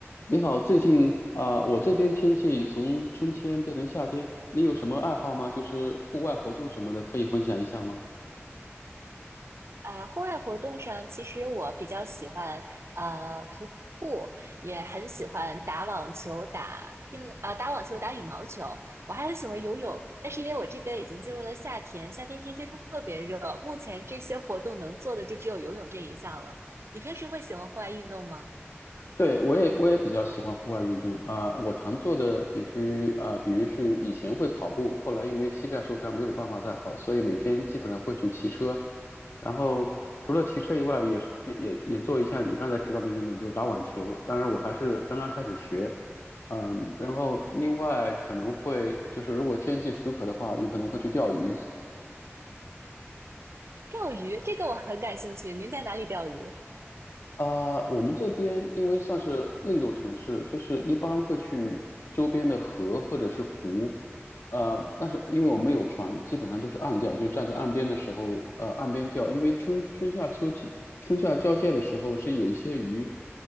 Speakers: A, on the left; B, on the right.
A: 你好，最近啊、呃我这边天气从春天变成夏天，你有什么爱好吗？就是户外活动什么的，可以分享一下吗？
B: 啊，户外活动上，其实我比较喜欢呃徒步，也很喜欢打网球、打乒呃打网球、打羽毛球。我还很喜欢游泳，但是因为我这边已经进入了夏天，夏天天气特别热，目前这些活动能做的就只有游泳这一项了。你平时会喜欢户外运动吗？
A: 对，我也我也比较喜欢户外运动啊、我常做的必须啊、比如是以前会跑步，后来因为膝盖受伤没有办法再跑，所以每天基本上会去骑车。然后除了骑车以外，也是也也也做一下你刚才提到的运动，就是打网球。当然，我还是刚刚开始学，嗯，然后另外可能会就是如果天气许可的话，有可能会去钓鱼。
B: 钓鱼，这个我很感兴趣。您在哪里钓鱼？
A: 啊、我们这边因为算是内陆城市，就是一般会去周边的河或者是湖，呃，但是因为我们有船，基本上都是岸钓，就站在岸边的时候，呃，岸边钓，因为春春夏秋季春夏交界的时候是有一些鱼